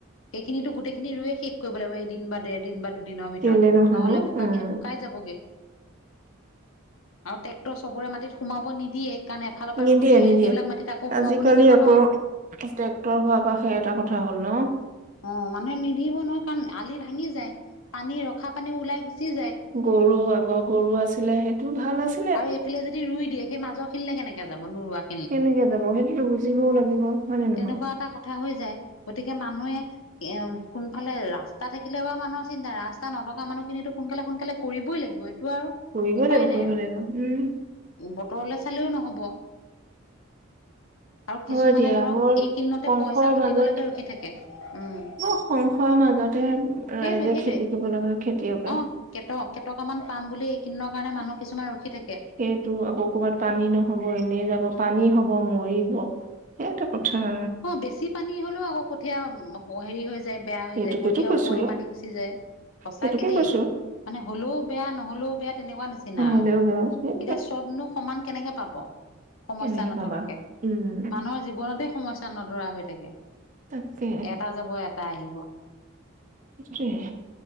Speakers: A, on the left; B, on the right.
A: সেইখিনিতো গোটেইখিনি ৰুয়ে শেষ কৰিব লাগিব এদিন বা ডেৰ দিন বা দুদিনৰ ভিতৰত
B: কেলে নহয়নো
A: নহলে বোকা
B: উম
A: শুকাই যাবগে, আৰু ট্ৰেক্টৰ চবৰে মাটিত সোমাব নিদিয়ে। সেইকাৰণে এফালৰ পৰা
B: নিদিয়ে
A: ৰুই আহিলে
B: নিদিয়ে
A: সেইবিলাক মাটিত আকৌ সোমাব
B: আজিকালি
A: নিদিব
B: আকৌ
A: নহয়।
B: ট্ৰেক্টৰ হোৱাৰ পৰা সেই এটা কথা হ'ল ন?
A: অ মানুহে নিদিব নহয় কাৰণ আলি ভাঙি যায় পানী ৰখা পানীও ওলাই গুচি যায়।
B: গৰু আগৰ গৰু আছিলে সেইটো ভাল আছি-
A: আৰু এইফালে যদি ৰুই দিয়ে সেই মাজৰ খিনিলে কেনেকে যাব নুৰুৱা-
B: কেনেকে যাব সেইটোতো বুজিবও লাগিব হয় নে নহয়?
A: তেনেকুৱা এটা কথা হৈ যায় গতিকে মানুহে - এ কোনফালে ৰাস্তা থাকিলে বাৰু মানুহৰ চিন্তা নাই ৰাস্তা নথকা মানুহখিনিতো সোনকালে সোনকালে কৰিবই লাগিব। <unintelligible>
B: কৰিবয়ে লাগিব
A: নাই
B: কৰিবয়ে
A: আৰু
B: লাগিব, উম।
A: বতৰলে চালেও নহব। আৰু
B: হয়
A: কিছুমানে
B: দিয়া
A: ধৰক
B: বৰ
A: এই কিদিনতে
B: সংশয়ৰ
A: পইচা ঘটিবলেকে
B: মাজত
A: ৰখি থাকে, উম।
B: বৰ সংশয়ৰ মাজতে
A: সেইটোৱে
B: ৰাইজে
A: সেইটোৱে।
B: খেতি কৰিব লগা হয়, খেতিয়কে।
A: অ কেট কেইটকামান পাম বুলি এইকেইদিনৰ কাৰণে মানুহ কিছুমান ৰখি থাকে।
B: সেইটো আকৌ ক'ৰবাত পানী নহব এনেই যাব পানী হব মৰিব। সেইটো কথা।
A: অ বেছি পানী হ'লেও আকৌ কঠিয়ী হেৰি হৈ যায়। বেয়া
B: সেইটোকেতো
A: হৈ যায় কঠিয়াৰ
B: কৈছো
A: ওপৰদি পানী গুচি যায়। সঁচাকে
B: সেইটোকে
A: দেই।
B: কৈছো
A: মানে হ'লেও বেয়া নহলেও বেয়া তেনেকুৱা নিচিনা আও।
B: হ'লেও বেয়া, সেইটো
A: এতিয়া চবনো সমান কেনেকে পাব সমস্যা
B: কেনেকে
A: নথকাকে,
B: পাবা উম
A: মানুহৰ জীৱনতে সমস্যা নধৰা হৈ থাকে,
B: তাকে
A: এটা যাব এটা আহিব।
B: সেইটোৱে।